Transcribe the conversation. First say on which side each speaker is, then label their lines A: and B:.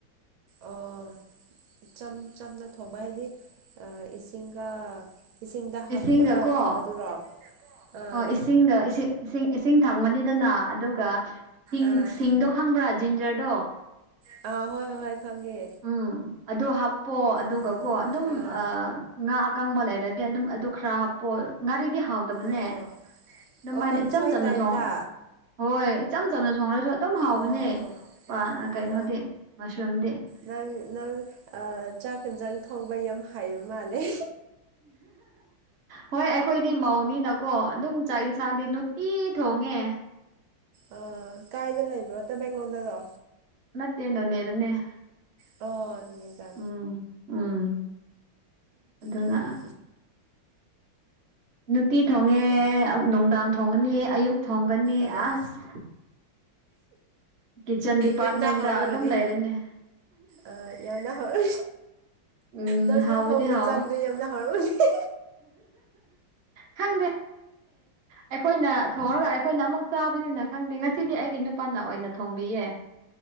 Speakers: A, on the right; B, on the right.
A: ꯑꯣ ꯏꯆꯝ ꯆꯝꯅ ꯊꯣꯡꯕ ꯍꯥꯏꯗꯤ ꯏꯁꯤꯡꯒ ꯏꯁꯤꯡꯗ ꯍꯥꯞꯄꯒ
B: ꯏꯁꯤꯡꯒ ꯀꯣ
A: ꯊꯣꯡꯕꯗꯨꯔꯣ ꯑꯥ
B: ꯑꯣ ꯏꯁꯤꯡꯒ ꯏꯁꯤꯡ ꯏꯁꯤꯡ ꯏꯁꯤꯡ ꯊꯪꯕꯅꯤꯗꯅ ꯑꯗꯨꯒ
A: ꯑꯥ
B: ꯁꯤꯡꯗꯣ ꯈꯪꯕ꯭ꯔꯥ ꯖꯤꯟꯖꯔꯗꯣ
A: ꯑ ꯍꯣꯏ ꯍꯣꯏ ꯈꯪꯉꯦ
B: ꯎꯝ ꯑꯗꯨ ꯍꯥꯞꯄꯣ ꯑꯗꯨꯒꯀꯣ
A: ꯎꯝ
B: ꯑꯗꯨꯝ
A: ꯑꯥ
B: ꯉꯥꯛ ꯀꯪꯕ ꯂꯩꯔꯗꯤ ꯑꯗꯨꯝ ꯑꯗꯨ ꯈꯔ ꯍꯥꯞꯄꯣꯑꯣ ꯉꯥꯔꯤꯗꯤ ꯍꯥꯎꯗꯕꯅꯦ
A: ꯑꯣ
B: ꯑꯗꯨꯃꯥꯏꯅ
A: ꯑꯣ ꯀꯥꯡꯁꯣꯏ
B: ꯏꯆꯝ ꯆꯝꯅ
A: ꯇꯥꯏꯞꯇ
B: ꯊꯣꯡ ꯍꯣꯏ ꯏꯆꯝ ꯆꯝꯅ ꯊꯣꯡꯉ꯭ꯔꯁꯨ ꯑꯗꯨꯝ ꯍꯥꯎꯕꯅꯦ
A: ꯑꯣ
B: ꯀꯩꯅꯣꯗꯤ
A: ꯑ
B: ꯃꯁꯔꯨꯝꯗꯤ
A: ꯅꯪ ꯅꯪ ꯆꯥꯛ ꯌꯦꯟꯁꯥꯡ ꯊꯣꯡꯕ ꯌꯥꯝ ꯍꯥꯏꯌꯨ ꯃꯥꯜꯂꯦ
B: ꯍꯣꯏ ꯑꯩꯈꯣꯏꯗꯤ ꯃꯧꯅꯤꯅꯀꯣ ꯑꯗꯨꯝ ꯆꯥꯛ ꯌꯦꯟꯁꯥꯡꯗꯤ ꯅꯨꯡꯇꯤ ꯊꯣꯡꯉꯦ
A: ꯑ ꯀꯥꯏꯗ ꯂꯩꯕ꯭ꯔꯣ ꯇꯃꯦꯡꯂꯣꯡꯗꯔꯣ
B: ꯃꯦ ꯅ ꯅꯦ ꯑꯗꯨꯅꯦꯦ
A: ꯑꯣ ꯑꯗꯨꯅꯦꯗ
B: ꯎꯝ ꯎꯝ ꯑꯗꯨꯗꯅ
A: ꯎꯝ
B: ꯅꯨꯡꯇꯤ ꯊꯣꯡꯉꯦ
A: ꯎꯝ
B: ꯅꯨꯡꯗꯥꯡ ꯊꯣꯡꯒꯅꯤ ꯑꯌꯨꯛ ꯊꯣꯡꯒꯅꯤ
A: ꯑꯥ
B: ꯑꯁ ꯀꯤꯠꯆꯟ ꯗꯤꯄꯥꯔꯠꯃꯦꯟꯗ
A: ꯌꯥꯝꯅ ꯍꯥꯎꯔꯝꯃꯅꯤ
B: ꯑꯗꯨꯝ ꯂꯩꯔꯅꯦ
A: ꯑꯥ ꯌꯥꯝꯅ ꯍꯥꯎꯔ
B: ꯎꯝ
A: ꯅꯪꯅ
B: ꯍꯕꯗꯤ
A: ꯊꯣꯡꯕ
B: ꯍꯥꯎ
A: ꯆꯥꯛꯗꯣ ꯌꯥꯝꯅ ꯍꯥꯎꯔꯝꯃꯅꯤ
B: ꯈꯪꯗꯦ ꯑꯩꯈꯣꯏꯅ ꯊꯣꯡꯉꯒ ꯑꯩꯈꯣꯏꯅ ꯑꯃꯨꯛ ꯆꯥꯕꯅꯤꯅ ꯈꯪꯗꯦ ꯉꯁꯤꯗꯤ ꯑꯩꯒꯤ ꯅꯨꯄꯥꯅ ꯑꯣꯏꯅ ꯊꯣꯡꯕꯤ <inaudible>